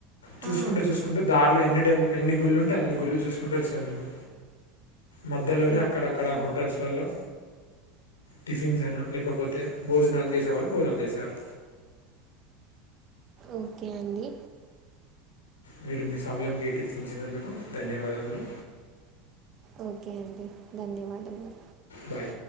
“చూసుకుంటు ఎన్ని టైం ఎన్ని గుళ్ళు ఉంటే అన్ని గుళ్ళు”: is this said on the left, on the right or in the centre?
Left